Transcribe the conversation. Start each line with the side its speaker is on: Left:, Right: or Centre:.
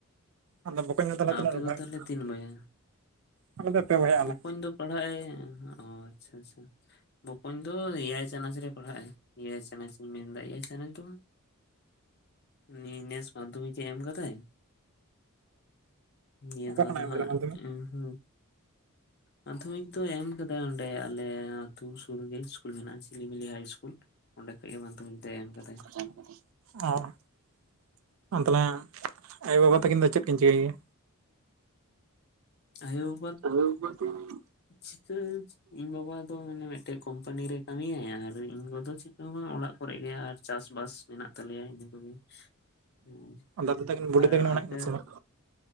Right: ᱟᱫᱚ ᱵᱚᱠᱚᱧ ᱫᱚ ᱱᱟᱸᱜ ᱛᱤᱱᱟᱹᱜ
Left: ᱟᱯᱮ
Right: ᱨᱮ ᱯᱟᱲᱦᱟᱜ
Left: ᱛᱟᱦᱚᱞᱮ
Right: ᱠᱟᱱᱟᱭ
Left: ᱛᱤᱱ ᱵᱚᱭᱦᱟ
Right: ᱟᱞᱮ ᱫᱚ ᱯᱮ ᱵᱚᱭᱦᱟ ᱟᱞᱮ᱾
Left: ᱵᱚᱠᱚᱧ ᱫᱚ ᱯᱟᱲᱦᱟᱜ ᱟᱭ ᱚ ᱟᱪᱪᱷᱟ ᱟᱪᱪᱷᱟ ᱵᱚᱠᱚᱧ ᱫᱚ ᱮᱭᱟᱭ ᱪᱟᱱᱟᱪ ᱨᱮ ᱯᱟᱲᱦᱟᱜ ᱟᱭ᱾ ᱮᱭᱟᱭ ᱪᱟᱱᱟᱪ ᱤᱧ ᱢᱮᱱᱫᱟ ᱮᱭᱟᱭ ᱪᱟᱱᱟᱪ ᱫᱚ ᱩᱱᱤ ᱱᱮᱥ ᱢᱟᱫᱽᱫᱷᱚᱢᱤᱠᱮ ᱮᱢ ᱠᱟᱫᱟᱭ᱾ ᱱᱤᱭᱟᱹ
Right: ᱚᱠᱟ
Left: ᱫᱷᱟᱣ
Right: ᱠᱷᱚᱱᱟᱜ
Left: ᱫᱚ
Right: ᱮᱢ
Left: ᱦᱟᱸᱜ
Right: ᱜᱮᱞᱟᱢ ᱟᱢ
Left: <unintelligible> ᱢᱟᱫᱽᱫᱷᱚᱢᱤᱠ ᱫᱚᱭ ᱮᱢ ᱠᱟᱫᱟ ᱚᱸᱰᱮ ᱟᱞᱮ ᱟᱛᱩ ᱥᱩᱨ ᱜᱮ <unintelligible> <inaudible> ᱢᱮᱱᱟᱜᱼᱟ ᱪᱷᱤᱞᱤᱢᱤᱞᱤ ᱦᱟᱭ ᱤᱥᱠᱩᱞ ᱚᱸᱰᱮ ᱠᱷᱚᱡ ᱜᱮ ᱢᱟᱫᱽᱫᱷᱚᱢᱤᱠ ᱫᱮᱭ ᱮᱢ ᱠᱟᱫᱟᱭ ᱾
Right: <unintelligible> ᱟᱭᱳᱼᱵᱟᱵᱟ ᱛᱟᱹᱠᱤᱱ ᱫᱚ ᱪᱮᱫ ᱠᱤᱱ ᱪᱤᱠᱟᱹᱭ ᱜᱮᱭᱟ?
Left: ᱟᱭᱳ
Right: <unintelligible>
Left: ᱪᱷᱤᱠᱟᱹ ᱤᱧ ᱵᱟᱵᱟ ᱫᱚ ᱢᱟᱱᱮ ᱢᱤᱫᱴᱮᱡ ᱠᱳᱢᱯᱟᱱᱤ ᱨᱮ ᱠᱟᱹᱢᱤᱭᱟᱭ, ᱟᱨ ᱤᱧ ᱜᱚ ᱫᱚ ᱪᱤᱠᱟᱹ ᱦᱚᱸᱵᱟᱝ ᱚᱲᱟᱜ ᱠᱚᱨᱮ ᱜᱮ ᱟᱨ ᱪᱟᱥ ᱵᱟᱥ᱾ ᱢᱮᱱᱟᱜ ᱛᱟᱞᱮᱭᱟ ᱤᱱᱟᱹ ᱠᱚᱜᱮ ᱩᱸ
Right: ᱫᱟᱫᱩ ᱛᱟᱹᱠᱤᱱ ᱵᱩᱰᱤ
Left: ᱟᱨ
Right: ᱛᱟᱹᱠᱤᱱ ᱢᱮᱱᱟᱜ
Left: ᱟᱯᱮ?
Right: ᱠᱤᱱᱟ ᱥᱮ ᱵᱟᱝ?